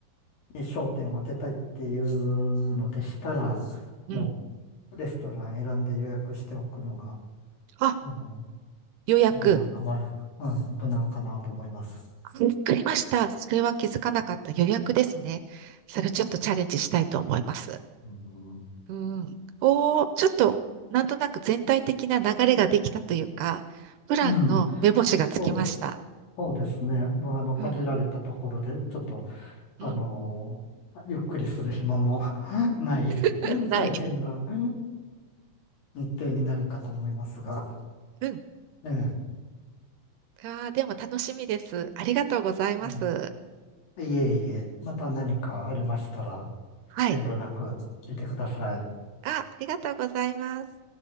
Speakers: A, on the left (about 75°); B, on the right (about 75°).
A: に焦点を当てたいっていうのでしたら、
B: うん。
A: もうレストラン選んで予約しておくのが、
B: あ、
A: あの、
B: 予約。
A: 無難かな、はい、無難かなと思います。
B: わかりました。それは気づかなかった予約ですね。それちょっとチャレンジしたいと思います。
A: うん、
B: うん。おー、ちょっと、なんとなく全体的な流れができたというか、プランの目星がつきました。
A: うん、そうですねそうですね。まあ、あの、限られたところで、
B: うん。
A: ちょっと、あのゆっくりする暇も
B: うん。
A: <laughs> ない
B: <laughs>
A: <laughs>
B: ない。
A: 大変な <laughs> 日程になるかと思いますが、
B: うん。
A: ええ、
B: あー、でも楽しみです。ありがとうございます。
A: うんいえいえ、また何かありましたら、
B: はい。
A: 遠慮なく聞いてください。
B: あ、ありがとうございます。